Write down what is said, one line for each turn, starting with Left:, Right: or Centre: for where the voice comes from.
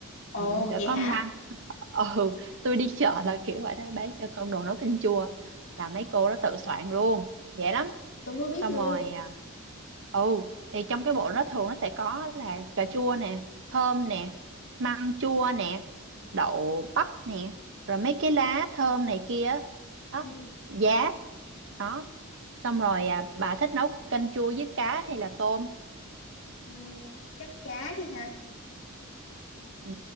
Left: Ồ
Right: Ừ, nó sẽ
Left: vậy
Right: có
Left: hả?
Right: măng <laughs> ừ tôi đi chợ là kiểu vậy đó bán cho con đồ nấu canh chua là mấy cô đó tự soạn luôn dễ lắm
Left: Tôi mới biết
Right: xong
Left: luôn.
Right: rồi à, ừ thì trong cái bộ nó thường nó sẽ có là cà chua nè thơm nè măng chua nè đậu bắp nè rồi mấy cái lá thơm này kia đó
Left: Ừ,
Right: giá đó xong rồi à, bà thích nấu canh chua với cá hay là tôm
Left: Ừ, chắc cá đi hả?
Right: Ừ,